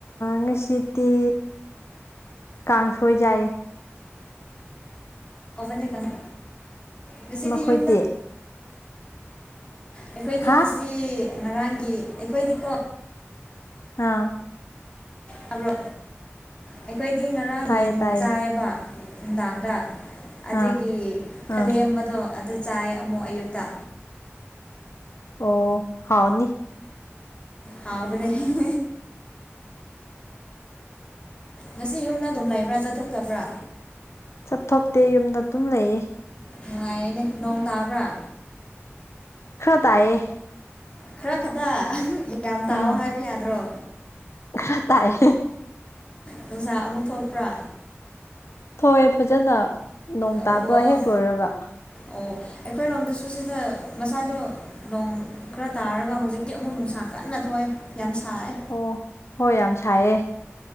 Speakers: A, on the left; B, on the left.
A: ꯉꯁꯤꯗꯤ ꯀꯥꯡꯁꯣꯏ ꯆꯥꯏꯌꯦ꯫
B: <unintelligible> ꯉꯁꯤꯗꯤ
A: ꯅꯈꯣꯏꯗꯤ
B: ꯌꯨꯝꯗ <unintelligible> ꯑꯩꯈꯣꯏꯗꯤ
A: ꯍꯥ
B: ꯉꯁꯤ ꯉꯔꯥꯡꯒꯤ ꯑꯩꯈꯣꯏꯗꯤꯀꯣ
A: ꯑꯥ꯫
B: ꯇꯥꯕ꯭ꯔꯣ ꯑꯩꯈꯣꯏꯗꯤ ꯉꯔꯥꯡ
A: ꯇꯥꯏꯌꯦ
B: ꯌꯦꯟ
A: ꯇꯥꯏꯌꯦ
B: ꯆꯥꯏꯌꯦꯕ ꯅꯨꯡꯗꯥꯡꯗ꯫ ꯑꯗꯨꯒꯤ
A: ꯑꯥ
B: ꯈꯂꯦꯝꯕꯗꯣ
A: ꯑꯥ
B: ꯑꯗꯨ ꯆꯥꯏ ꯑꯃꯨꯛ ꯑꯌꯨꯛꯇ꯫
A: ꯑꯣ ꯍꯥꯎꯅꯤ꯫
B: ꯍꯥꯎꯕꯅꯦ <unintelligible> ꯉꯁꯤ ꯌꯨꯝꯗ ꯑꯗꯨꯝ ꯂꯩꯕ꯭ꯔꯥ ꯆꯠꯊꯣꯛꯇꯕ꯭ꯔꯥ꯫
A: ꯆꯠꯊꯣꯛꯇꯦ ꯌꯨꯝꯗ ꯑꯗꯨꯝ ꯂꯩꯌꯦ꯫
B: ꯅꯨꯡꯉꯥꯏꯌꯦꯅꯦ ꯅꯣꯡ ꯇꯥꯕ꯭ꯔꯥ꯫
A: ꯈꯔ ꯇꯥꯏꯌꯦ꯫
B: ꯈꯔ ꯈꯛꯇ ꯌꯥꯝ ꯇꯥꯑꯣ
A: ꯎꯝ
B: ꯍꯥꯏꯕ ꯌꯥꯗ꯭ꯔꯣ꯫
A: ꯈꯔ ꯇꯥꯏ ꯍꯦ
B: ꯅꯨꯡꯁꯥ ꯑꯃꯨꯛ ꯊꯣꯛꯄ꯭ꯔꯥ꯫
A: ꯊꯣꯛꯑꯦ ꯐꯖꯅ ꯅꯣꯡ
B: ꯑꯣ
A: ꯇꯥꯕ ꯍꯦꯛ ꯂꯣꯏꯔꯒ꯫
B: ꯑꯣ ꯑꯩꯈꯣꯏꯔꯣꯝꯗꯁꯨ ꯁꯤꯗ ꯉꯁꯥꯏꯗꯣ ꯅꯣꯡ ꯈꯔ ꯇꯥꯔꯒ ꯍꯧꯖꯤꯛꯇꯤ ꯑꯃꯨꯛ ꯅꯨꯡꯁꯥ ꯀꯟꯅ ꯊꯣꯛꯑꯦ ꯌꯥꯝ ꯁꯥꯏꯌꯦ꯫
A: ꯑꯣ ꯍꯣꯏ ꯌꯥꯝ ꯁꯥꯏꯌꯦ꯫